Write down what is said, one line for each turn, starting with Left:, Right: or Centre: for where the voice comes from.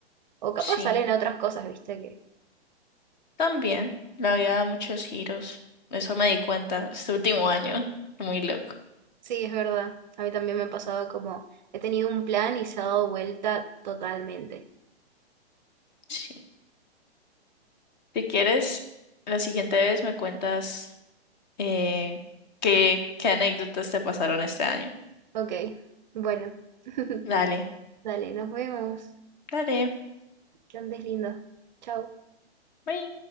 Right: O capaz
Left: Sí,
Right: salen otras cosas, viste,
Left: también. La vida da muchos giros. Eso me di cuenta este último año. Muy loco.
Right: Sí, es verdad. A mí también me ha pasado como he tenido un plan y se ha dado vuelta totalmente.
Left: Sí. Si quieres, la siguiente vez me cuentas. eh, qué, qué anécdotas te pasaron este año.
Right: Ok, bueno. <laughs>
Left: Dale,
Right: Dale, nos vemos.
Left: dale.
Right: Que andes lindo. Chau.
Left: bye.